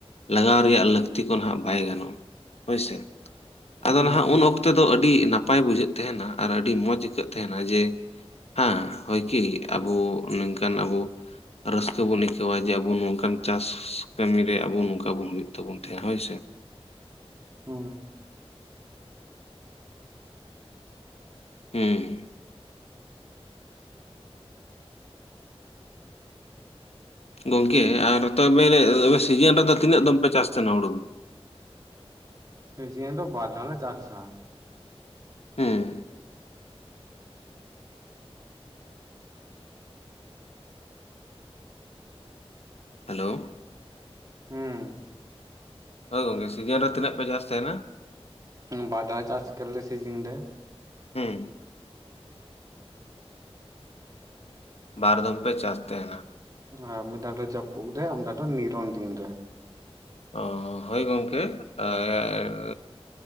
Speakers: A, on the left; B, on the right.
A: ᱞᱟᱜᱟᱣ ᱨᱮᱭᱟᱜ ᱞᱟᱹᱠᱛᱤ ᱠᱚ ᱱᱟᱦᱟᱜ ᱵᱟᱭ ᱜᱟᱱᱚᱜᱼᱟ ᱦᱳᱭ ᱥᱮ᱾ ᱟᱫᱚ
B: ᱦᱩᱸ
A: ᱱᱟᱦᱟᱜ ᱩᱱ ᱚᱠᱛᱮ ᱫᱚ ᱟᱹᱰᱤ ᱱᱟᱯᱟᱭ ᱵᱩᱡᱷᱟᱹᱜ ᱛᱮᱦᱮᱱᱟ ᱟᱨ ᱟᱹᱰᱤ ᱢᱚᱡᱽ ᱟᱹᱭᱠᱟᱹᱜ ᱛᱮᱦᱮᱱᱟ ᱡᱮ, ᱦᱮᱸ ᱦᱳᱭ ᱠᱤ ᱟᱵᱚ ᱱᱤᱝᱠᱟᱹᱱ ᱟᱵᱚ ᱨᱟᱹᱥᱠᱟᱹ ᱵᱩᱱ ᱟᱹᱭᱠᱟᱹᱣᱟ ᱡᱮ ᱟᱵᱚ ᱱᱚᱝᱠᱟᱱ ᱪᱟᱥ ᱠᱟᱹᱢᱤ ᱨᱮ ᱟᱵᱚ ᱱᱚᱝ ᱟᱵᱚᱱ ᱢᱤᱫ ᱛᱮᱵᱚᱱ ᱛᱮᱦᱮᱸᱜᱼᱟ ᱦᱳᱭ ᱥᱮ᱾
B: ᱦᱩᱸ
A: ᱦᱩᱸ ᱜᱚᱝᱠᱮ ᱟᱨ ᱛᱚᱵᱮ ᱟᱨ ᱥᱤᱡᱤᱱ ᱨᱮᱫᱚ ᱛᱤᱱᱟᱹᱜ ᱫᱚᱢ ᱯᱮ ᱪᱟᱥ ᱛᱟᱸᱦᱮᱱᱟ ᱦᱩᱲᱩ ᱫᱚ?
B: ᱥᱤᱡᱤᱱ ᱨᱮ ᱵᱟᱨᱫᱷᱟᱣ ᱞᱮ ᱪᱟᱥᱟ᱾
A: ᱦᱩᱸ᱾ ᱦᱮᱞᱳ᱾
B: ᱦᱩᱸ᱾
A: ᱦᱳᱭ ᱜᱚᱝᱠᱮ ᱥᱤᱡᱤᱱ ᱨᱮ ᱛᱤᱱᱟᱹᱜ ᱯᱮ ᱪᱟᱥ ᱛᱟᱸᱦᱮᱱᱟ?
B: ᱛᱤᱱ ᱵᱟᱨ‌ ᱫᱷᱟᱣ ᱪᱟᱥ ᱠᱮᱫ ᱞᱮ ᱥᱤᱡᱤᱱ ᱨᱮ᱾
A: ᱦᱩᱸ᱾ ᱵᱟᱨ ᱫᱚᱢ ᱯᱮ ᱪᱟᱥ ᱛᱟᱸᱦᱮᱱᱟ᱾
B: ᱦᱮᱸ, ᱢᱤᱫ ᱫᱷᱟᱣ ᱫᱚ ᱡᱟᱹᱯᱩᱫ ᱨᱮ ᱟᱨ ᱢᱤᱫ ᱫᱷᱟᱣ ᱫᱚ ᱱᱤᱨᱚᱱ ᱫᱤᱱ ᱨᱮ᱾
A: ᱚ, ᱦᱳᱭ ᱜᱚᱝᱠᱮ ᱟᱨ